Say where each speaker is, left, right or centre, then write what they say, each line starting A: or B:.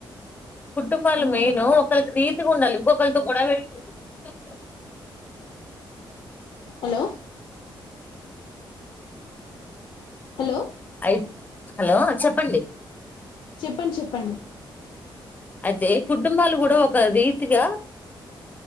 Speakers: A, on the left (about 20°); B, on the left (about 65°).
A: కుటుంబాలు
B: ఆ
A: మెయిన్ ఒకళకి రీతిగా ఉండాలి ఇంకొకలితో గొడవ పెట్టు
B: హలో హలో
A: అయి హలో చెప్పండి
B: చెప్పండి చెప్పండి
A: అయితే కుటుంబాలు కూడా ఒక రీతిగా